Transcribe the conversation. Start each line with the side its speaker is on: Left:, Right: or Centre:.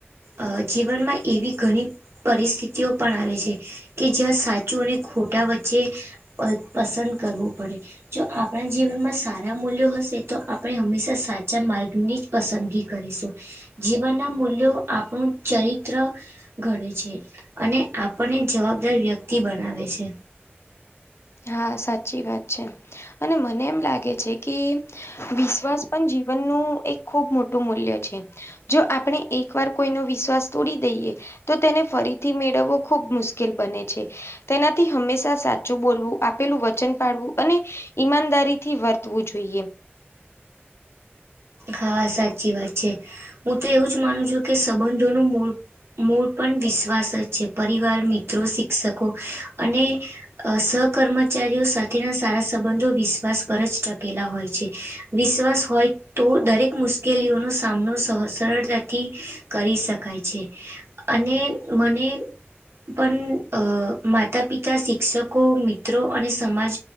Right: અ.. જીવનમાં એવી ઘણી પરિસ્થિતિઓ પણ આવે છે કે જ્યાં સાચું અને ખોટા વચ્ચે પસંદ કરવુ પડે. જો આપણા જીવનમાં સારા મૂલ્યો હશે તો આપણે હંમેશા સાચા માર્ગની જ પસંદગી કરીશું. જીવન ના મૂલ્યો આપણું ચરિત્ર ઘડે છે અને આપણને જવાબદાર વ્યક્તિ બનાવે છે.
Left: હા સાચી વાત છે અને મને એમ લાગે છે કે વિશ્વાસ પણ જીવનનું એક ખૂબ મોટું મૂલ્ય છે. જો આપણે એક વાર કોઈનો વિશ્વાસ તોડી દઈએ તો તેને ફરીથી મેળવવો ખૂબ મુશ્કેલ બને છે તેનાથી હંમેશા સાચું બોલવું. આપેલું વચન પાડવું અને ઈમાનદારીથી વર્તવું જોઈએ.
Right: હા સાચી વાત છે. હું તો એવું જ માનું છું કે સંબંધોનું મૂળ મૂળ પણ વિશ્વાસ જ છે. પરિવાર, મિત્રો, શિક્ષકો અને અ સહકર્મચારીઓ સાથેના સારા સંબંધો વિશ્વાસ પર જ ટકેલા હોય છે. વિશ્વાસ હોય તો દરેક મુશ્કેલીઓનો સામનો સહ સરળતાથી કરી શકાય છે. અને મને પણ અ માતા-પિતા, શિક્ષકો, મિત્રો અને સમાજ